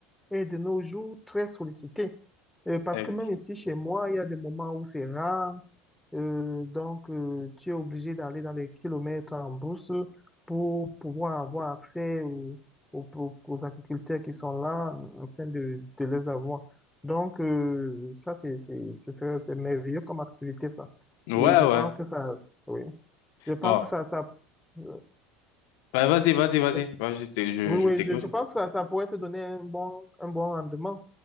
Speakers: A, in the centre; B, on the left.
A: est de nos jours très sollicitée. Euh, parce
B: Eh,
A: que même ici, chez moi, il y a des moments où c'est rare, Euh, donc, euh, tu es obligé d'aller dans les kilomètres en brousse pour pouvoir avoir accès aux, aux, aux- aux agriculteurs qui sont là euh, afin de, de les avoir. Donc, euh, ça, c'est, c'est, c'est, c'est c'est merveilleux comme activité, ça.
B: Ouais,
A: Et je
B: ouais.
A: pense que ça, oui, je pense
B: Bon,
A: que ça, ça, euh,
B: Ouais, vas-y, vas-y, vas-y.
A: oui,
B: Vas-y, je, t'ai- je
A: oui,
B: je
A: oui,
B: t'écoute.
A: je, je pense que ça, ça pourrait te donner un bon, un bon rendement